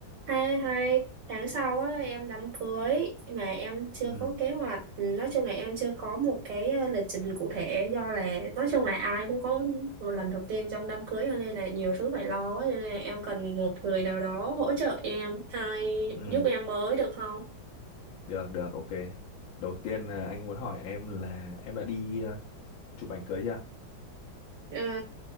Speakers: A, on the right (about 65°); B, on the left (about 80°).
A: hai hai tháng sau á, em đám cưới mà em chưa
B: Ừ,
A: có kế hoạch nói chung là em chưa có một cái ờ, lịch trình cụ thể do là nói chung là ai cũng có một lần đầu tiên trong đám cưới cho nên là nhiều thứ phải lo quá cho nên là em cần một người nào đó hỗ trợ em hay
B: ừ,
A: giúp em với được không
B: được, được, ok. Đầu tiên là anh muốn hỏi em là em đã đi ờ, chụp ảnh cưới chưa?
A: Ờ,